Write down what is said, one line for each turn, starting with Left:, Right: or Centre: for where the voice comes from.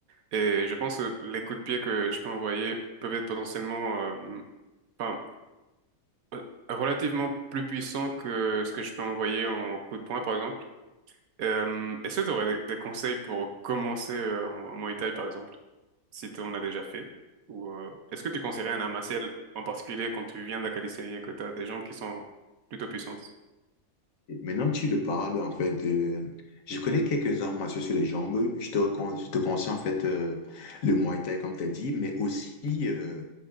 Right: et je pense que les coups de pied que je peux envoyer peuvent être potentiellement euh, enfin, euh, relativement plus puissants que ce que je peux envoyer en coup de poing, par exemple. Euh, est-ce que tu aurais des, des conseils pour commencer euh, en en Muay Thai, par exemple? si t- on a déjà fait. Ou euh, est-ce que tu conseillerais un art martial en particulier quand tu viens de la calisthénie et que tu as des jambes qui sont plutôt puissantes?
Left: Maintenant que tu le parles, en fait, de je connais quelques arts martiaux sur les jambes. Je te, recon- je te conseille, en fait, euh, le Muay Thai, comme tu as dit, mais aussi euh,